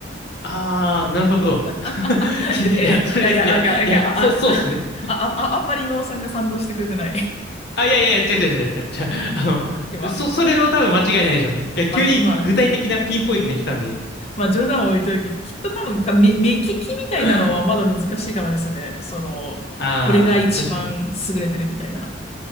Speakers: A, on the left (about 60°); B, on the left (about 35°).
A: ああ、なるほど。
B: <laughs>
A: <laughs> きいや、
B: え、で、
A: それです。
B: えいや、
A: いや、
B: あ、が、
A: いや、
B: が、
A: そう、
B: あ、
A: そうっすね。
B: あ、あ、あ、あんまり今尾さんが賛同してくれてない。
A: あ、いやいやいや、違う違う違う違う。違うあ
B: <laughs> 今、
A: の、そ、
B: じゃ、
A: それは多分間違いないでしょうね。いや、
B: まあ、
A: 急に具体的なピンポイントで来たんで。
B: まあ、まあ、冗談を置いといて、きっと多分、なんか目、目利きみたいなのはまだ難しいかもですね。
A: <laughs>
B: その、
A: ああ、
B: これが一番優れてるみたいな。
A: 確かに。